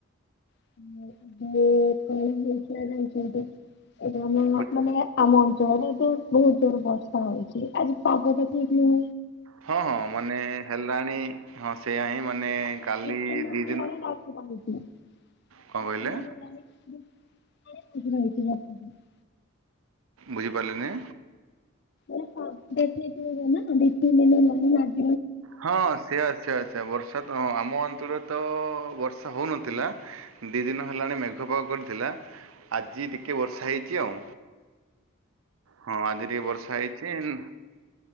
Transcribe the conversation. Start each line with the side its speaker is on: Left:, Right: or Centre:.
Left: <unintelligible> କଣ ହେଇଥିଲା ଜାଣିଛନ୍ତି ଏଇଟା ଆମ
Right: ବୁଝ-
Left: ଅ ମାନେ ଆମ ଅଞ୍ଚଳରେ ଯୋଉ ବହୁତ ଜୋର ବର୍ଷା ହଉଛି ଆଜି ପାଗଟା କି ନୁ
Right: ହଁ ହଁ ମାନେ ହେଲାଣି ହଁ ସେୟା ହିଁ ମାନେ
Left: ଆଉ ଦି
Right: କାଲି
Left: ତିନି
Right: ଦି ଦିନ
Left: <unintelligible>
Right: କଣ କହିଲେ
Left: <unintelligible>
Right: ବୁଝିପାରିଲିନି?
Left: ଏରା <unintelligible> ଦି ତିନି ଦିନ ହେଲାଣି ଆ
Right: ହଁ ସେଆ ସେଆ ସେଆ ବର୍ଷା ତ ଆମ ଅଞ୍ଚଳରେ ତ ବର୍ଷା ହଉନଥିଲା ଦି ଦିନ ହେଲାଣି ମେଘ ପାଗ କରିଥିଲା ଆଜି ଟିକେ ବର୍ଷା ହେଇଛି ଆଉ। ହଁ ଆଜି ଟିକେ ବର୍ଷା ହେଇଛି ନୁ